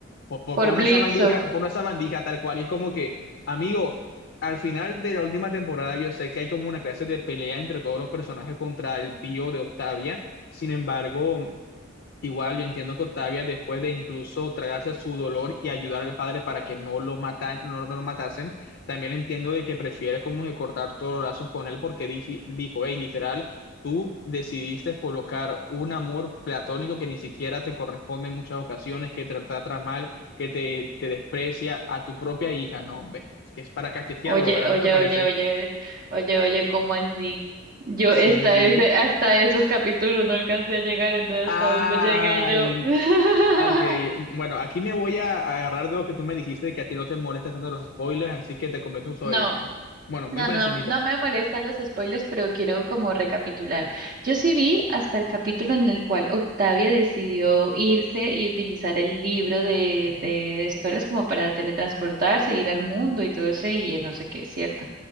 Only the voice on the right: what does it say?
Por
Blitzo.
Oye,
oye,
oye, oye, oye, oye, ¿cómo así? Yo hasta
ese, hasta esos capítulos no alcancé a llegar, entonces
hasta dónde llegué yo. <laughs>
No,
No,
no,
no me molestan los spoilers, pero quiero como recapitular. Yo sí vi hasta el capítulo en el cual Octavia decidió irse y utilizar el libro de,
de Stolas como para teletransportarse, ir al mundo y todo ese, y no sé qué, es cierto.